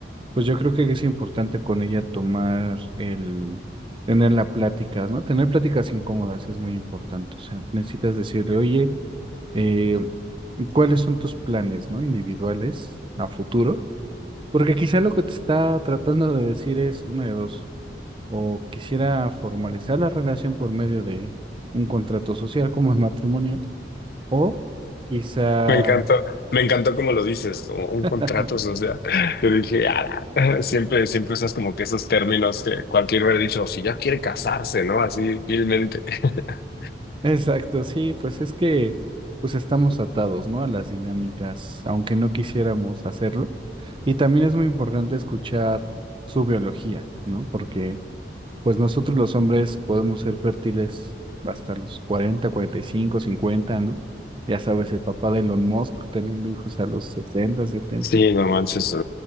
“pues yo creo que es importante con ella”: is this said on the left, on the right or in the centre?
Right